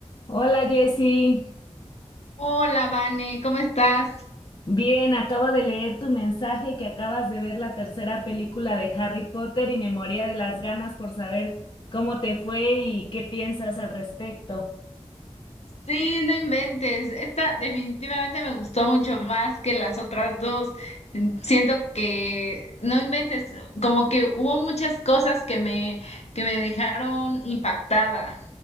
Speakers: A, on the left; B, on the left.
A: Hola Jessy,
B: Hola, Vane, ¿cómo estás?
A: bien, acabo de leer tu mensaje que acabas de ver la tercera película de Harry Potter y me moría de las ganas por saber cómo te fue y qué piensas al respecto.
B: Sí, no inventes. Esta definitivamente me gustó mucho más que las otras dos. Siento que, no inventes, como que hubo muchas cosas que me, que me dejaron impactada.